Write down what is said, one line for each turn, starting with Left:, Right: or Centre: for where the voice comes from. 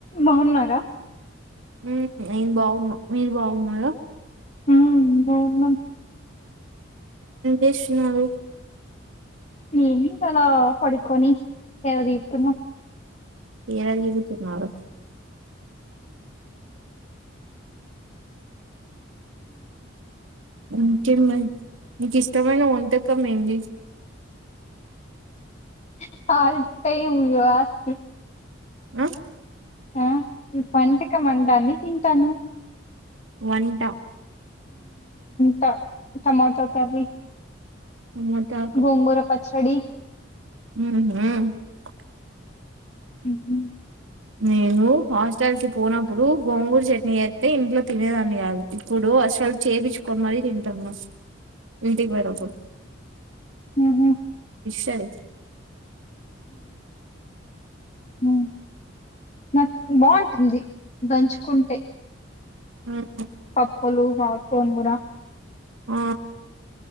Left: బావున్నారా
Right: మ్ నేను బాగున్నా మీరు బాగున్నార
Left: అ బాగున్నాం
Right: ఏం జేషున్నారు
Left: ఈవెనింగ్ అలా పడుకొని ఎలాదితున్నా
Right: సేదదీరుతున్నారు ఇంకే మరి నీకు ఇష్టమైన వంటకం ఏంది
Left: <unintelligible>
Right: ఆ
Left: ఆ న వంటక మంటన్ని తింటాను
Right: వంట
Left: ట టమాటో కఫీ
Right: టమోటా
Left: గొంగూర పచ్చడి
Right: ఊహు
Left: ఉమ్
Right: నేను హాస్టల్ కి పోనప్పుడు గోంగూరు చట్నీ వస్తతే ఇంట్లో తినేదాన్ని గాదు ఇప్పుడు అసలు చేపచ్చుకొని మరీ తింటనా ఇంటికి బోయినప్పుడు
Left: ఉహు
Right: సరే
Left: మ్మ్ నాకు బావుంటుంది దంచుకుంటే
Right: <inaudible>
Left: పప్పలు వాడ్చ్కోన్ కూడా
Right: ఆ